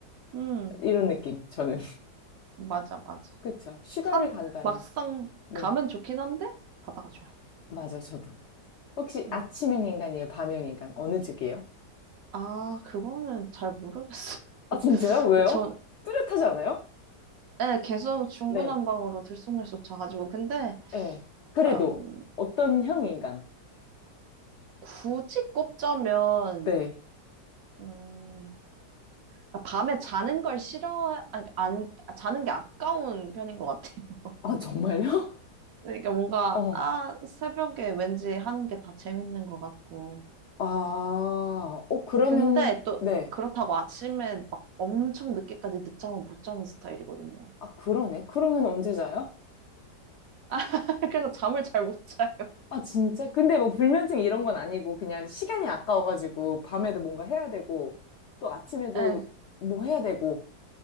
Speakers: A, on the right; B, on the left.
A: 음,
B: 이런 느낌, 저는. <laughs>
A: 맞아, 맞아.
B: 그쵸. 휴가를
A: 산
B: 간다면.
A: 막상
B: 네.
A: 가면 좋긴 한데 바다가 좋아요.
B: 맞아요, 저도. 혹시
A: 음.
B: 아침형 인간이에요? 밤형 인간? 어느 쪽이에요?
A: 아, 그거는 잘 모르겠어요.
B: 아,
A: <laughs>
B: 진짜요? 왜요?
A: 전
B: 뚜렷하지 않아요?
A: 예, 계속 중구난방으로
B: 네.
A: 들쑥날쑥 자가지고 근데
B: 네. 그래도
A: 음,
B: 어떤 형 인간?
A: 굳이 꼽자면
B: 네.
A: 음, 밤에 자는 걸 싫어 아니, 그러니까 안 자는 게 아까운 편인 것 같아요. <laughs>
B: 아, 정말요? <laughs>
A: 그러니까 뭔가
B: 어.
A: 아 새벽에 왠지 하는 게 다 재밌는 것 같고
B: 아, 어, 그러면,
A: 근데 또
B: 네.
A: 그렇다고 아침에 막 엄청 늦게까지 늦잠을 못 자는 스타일이거든요.
B: 아, 그러네. 그러면 언제 자요?
A: <laughs> 그래서 잠을 잘 못 자요.
B: 아, 진짜? 근데 뭐 불면증 이런 건 아니고 그냥 시간이 아까워가지고 밤에도 뭔가 해야 되고 또 아침에도
A: 예,
B: 뭐 해야 되고.